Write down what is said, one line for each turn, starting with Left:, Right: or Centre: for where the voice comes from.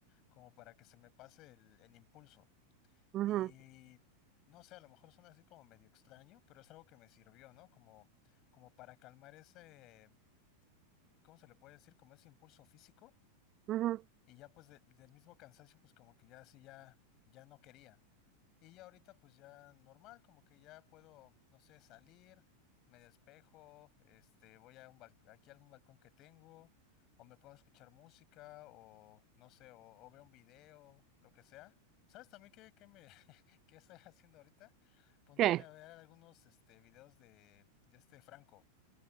Left: como para que se me pase el el impulso.
Right: ujú,
Left: Y no sé, a lo mejor suena así como medio extraño, pero es algo que me sirvió, ¿no? Como, como para calmar ese, ¿cómo se le puede decir? Como ese impulso físico.
Right: ujú.
Left: Y ya pues de- del mismo cansancio, pues como que ya así ya, ya no quería. Y ya ahorita pues ya normal, como que ya puedo, no sé, salir, me despejo, este, voy a un bal- aquí a algún balcón que tengo, o me puedo escuchar música, o no sé, o, o veo un video, lo que sea. ¿Sabes también qué, qué me <laughs> qué estoy haciendo ahorita? Ponerme
Right: ¿Qué?
Left: a ver algunos este videos de, de este Franco,